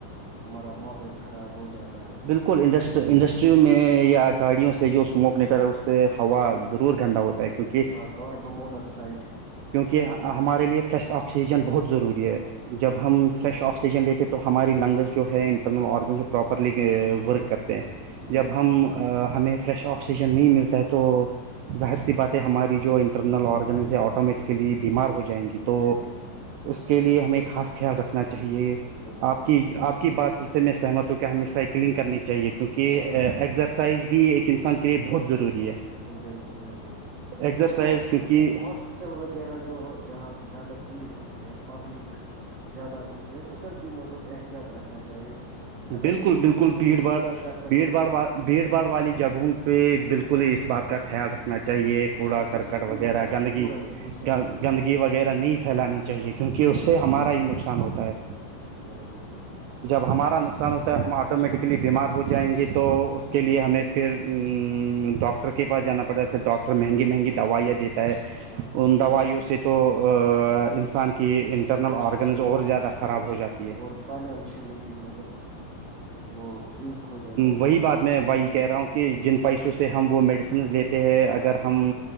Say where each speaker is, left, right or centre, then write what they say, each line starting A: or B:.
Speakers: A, on the right; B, on the right.
A: ہمار ماحول خراب ہو جاتا ہے
B: ان انڈسٹریوں میں یا گاڑیوں سے جو سموک ل کر رہا اس سے ہوا ضرور گندا ہوتا ہے کیونکہ
A: ہاں کارب مناکسائڈ
B: کیونکہ ہمارے لیے فریش آکسیجن بہت ضروری ہے جب
A: بالکل
B: ہم
A: بالکل
B: فریش آکسیجن لیتے تو ہماری لنگز جو ہے انٹرنل آرگنس جو پراپرلی ورک کرتے ہیں
A: بالکل
B: جب ہم ہمیں فریش آکسیجن نہیں ملتا ہے تو ظاہر سی بات ہے ہماری جو انٹرنل آرگنز ہے آٹومیٹکلی بیمار ہو جائیں گی تو
A: افیکٹو ہے
B: اس کے لیے ہمیں خاص خیال رکھنا چاہیے
A: بالکل
B: آپ
A: بالکل
B: کی آپ بات سے میں سہمت ہوں کہ ہمیں سائیکلنگ کرنی چاہیے کیونکہ
A: ہاں
B: ایگزر سائز بھی ایک انسان کے لیے بہت ضروری ہے
A: بالکل بالکل
B: ایکزرسائز
A: اور ہس
B: کیونکہ
A: ہسٹ ہوٹل وغیرہ جو جہاں زیادہ بھیڑ ہوتی ہے پبلک زیادہ ہوتے ہیں ادھر بھی مطلب احتیاط رکھنا چاہیے اگر
B: بالکل
A: کوئی
B: بالکل
A: مطلب
B: بھیڑ بھڑ
A: کوڑا کرکٹ
B: بھیڑ
A: ہوگا
B: بھڑ وا بھیڑ باڑ والی جگہوں پہ بالکل اس بات کا
A: ہاں
B: خیال رکھنا چاہیے کوڑا
A: ہمیں
B: کرکٹ
A: ڈسٹ بین
B: وغیرہ
A: کا
B: گندگی
A: پورا یوز کرنا چاہیے
B: گندگی وغیرہ نہیں پھیلانی چاہیے کیونکہ اس
A: بالکل
B: سے ہمارا
A: بالکل
B: ہی نقصان ہوتا ہے
A: بالکل بالکل
B: جب ہمارا نق نقصان ہوتا ہے ہم آٹومیٹکلی بیمار ہو جائیں گے تو اس کے لیے ہمیں پھر ڈاکٹر ڈاکٹر کے پاس جانا پڑتا ہے پھر ڈاکٹر مہنگی مہنگی دوائیاں دیتا ہے
A: ہاں
B: ان دوائیوں سے تو انسان کی انٹرنل آرگنز اور زیادہ خراب ہو جاتے
A: اور فائنانشلی بھی مطلب وہ ویک ہو جاتا ہے
B: وہی بات میں وہی
A: ہاں
B: کہہ رہا ہوں کہ جن پیسوں سے ہم وہ میڈیسنز لیتے ہیں اگر ہم
A: ہاں